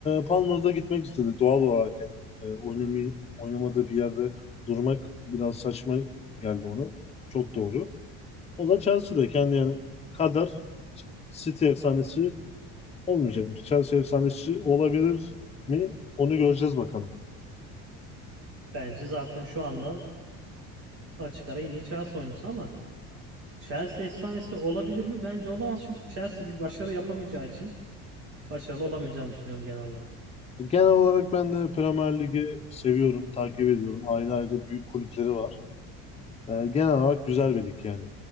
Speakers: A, on the left; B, on the right.
A: Palmer'da gitmek istedi doğal olarak yani e, oynamayı oynamadığı bir yerde durmak biraz saçma geldi ona. Çok doğru. O da Chelsea'deyken kendi yani kadar City efsanesi olmayacakmış. Chelsea efsanesi olabilir mi? Onu göreceğiz bakalım.
B: Bence zaten şu anda açık ara en iyi Chelsea oyuncusu ama Chelsea efsanesi olabilir mi? Bence olamaz çünkü Chelsea bir başarı yapamayacağı için başarılı olamayacağını düşünüyorum genel olarak.
A: Genel olarak ben de Premier Lig'i seviyorum, takip ediyorum. Ayrı ayrı büyük kulüpleri var. Ee, genel olarak güzel bir lig yani.